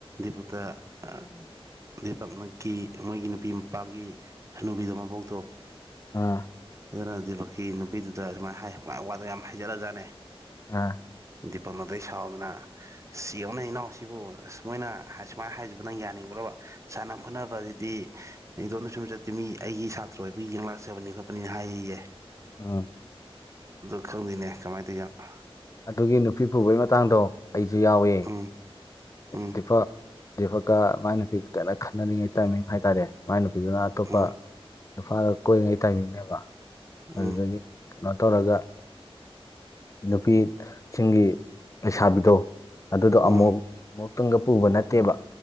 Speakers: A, on the right; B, on the left.
A: ꯐꯛꯇ ꯎꯝ ꯑ ꯄꯛꯅꯀꯤ ꯃꯣꯏꯒꯤ ꯅꯨꯄꯤ ꯃꯄꯥꯒꯤ ꯍꯟꯅꯨꯕꯤꯗꯣ ꯃꯕꯣꯛꯇꯣ
B: ꯑꯥ
A: ꯑꯗꯨꯅ ꯗꯤꯄꯛꯀꯤ ꯅꯨꯄꯤꯗꯨꯗ ꯁꯨꯃꯥꯏꯅ ꯍꯥꯏ ꯋꯥꯗ ꯌꯥꯝ ꯍꯥꯏꯖꯔꯂꯖꯥꯠꯅꯦ
B: ꯑ
A: ꯗꯤꯄꯛꯅ ꯑꯗꯩ ꯁꯥꯎꯗꯅ ꯁꯤ ꯌꯦꯡꯉꯨꯅꯦ ꯏꯅꯥꯎꯁꯤꯕꯨ ꯑ ꯃꯣꯏꯅ ꯁꯨꯃꯥꯏꯅ ꯍꯥꯏꯖꯕꯅꯪ ꯌꯥꯅꯤꯡꯕ꯭ꯔꯕ ꯁꯥꯟꯅ ꯈꯣꯠꯅꯕꯁꯤꯗꯤ ꯑꯩꯗꯣꯅ ꯁꯨꯝ ꯆꯠꯇꯦ ꯃꯤ ꯑꯩꯒꯤ ꯁꯥꯇ꯭ꯔ ꯑꯣꯏꯕꯒꯤ ꯌꯦꯡꯂꯛꯆꯕꯅꯤ ꯈꯣꯠꯄꯅꯤꯅ ꯍꯥꯏꯔꯤꯌꯦ
B: ꯎꯝ
A: ꯈꯪꯗꯦꯅꯦ ꯀꯃꯥꯏꯅ ꯇꯧ ꯖꯥꯠꯅꯣ
B: ꯑꯗꯨꯒꯤ ꯅꯨꯄꯤ ꯄꯨꯕꯒꯤ ꯃꯇꯥꯡꯗꯣ ꯑꯩꯁꯨ ꯌꯥꯎꯋꯦ
A: ꯎꯝ ꯎꯝ
B: ꯗꯤꯄꯛ ꯑꯐꯀ ꯃꯥꯏ ꯅꯨꯄꯤꯒ ꯀꯟꯅ ꯈꯠꯟꯅꯔꯤꯉꯩ ꯇꯥꯏꯃꯤꯡ ꯍꯥꯏ ꯇꯥꯔꯦ ꯃꯥꯏ ꯅꯨꯄꯤꯗꯨꯅ ꯑꯇꯣꯞꯄ
A: ꯎꯝ
B: ꯏꯝꯐꯥꯜꯗ ꯀꯣꯏꯉꯩ ꯇꯥꯏꯃꯤꯡꯅꯦꯕ
A: ꯎꯝ
B: ꯑꯗꯨꯗꯒꯤ ꯀꯩꯅꯣ ꯇꯧꯔꯒ ꯅꯨꯄꯤꯁꯤꯡꯒꯤ ꯂꯩꯁꯥꯕꯤꯗꯣ ꯑꯗꯨꯗꯣ
A: ꯎꯝ
B: ꯑꯃꯨꯛ ꯑꯃꯨꯛꯇꯪꯗ ꯄꯨꯕ ꯅꯠꯇꯦꯕ